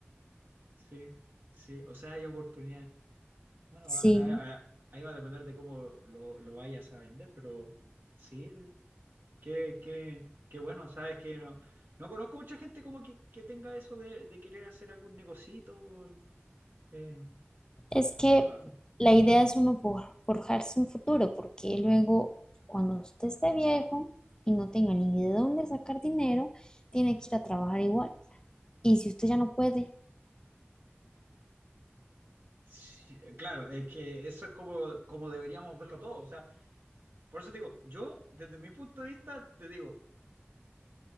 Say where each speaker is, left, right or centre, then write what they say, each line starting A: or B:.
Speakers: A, on the right; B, on the left.
A: sí, sí, o sea, hay oportunidad. Bueno,
B: Sí,
A: a- a- ahí va a depender de cómo lo, lo vayas a vender, pero sí, qué, qué, qué bueno, sabes que no, no conozco mucha gente como que, que tenga eso de, de querer hacer algún negocito. eh,
B: es que
A: Qué bueno,
B: la idea
A: qué bueno.
B: es uno for- forjarse un futuro, porque luego cuando usted esté viejo y no tenga ni de dónde sacar dinero, tiene que ir a trabajar igual. Y si usted ya no puede,
A: Sí, eh, claro, es que eso es como, como deberíamos verlo todo. O sea, por eso te digo, yo, desde mi punto de vista, te digo,